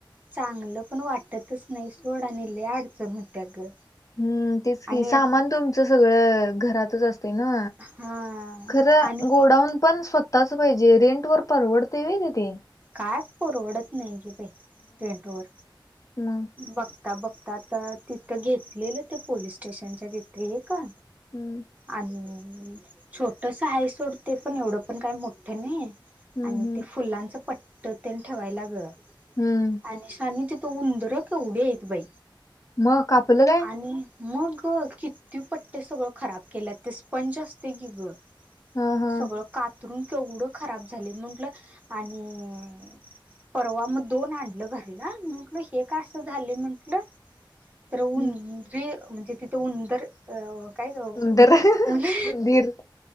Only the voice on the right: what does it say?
चांगलं पण वाटतच नाही सोड आणि लयी अडचण होत्या ग.
आणि
हा
आणि
काय पररवडत नाही गे बाई रेंट वर.
बघता, बघता, आता तिथं घेतलेलं, ते पोलीस स्टेशनच्या तिथे ये का.
आणि छोटस आहे सोडते, पण एवढं पण काही मोठं नहीय.
आणि
ते फुलांचं पट्ट तेन ठेवायला ग.
आणी शानी तिथं उंदर केवढे हेत बई
आणि म ग कित्ते पट्टे सगळं खराब केल्यात, ते स्पंज असते गी ग.
सगळं कातरून केवढं खराब झाले, म्हंटलं आणि परवा मग दोन आणलं घरला म्हटलं हेक कास झाले म्हंटलं तर उंदरी
म्हणजे तिथं उंदर अ काय ग
उन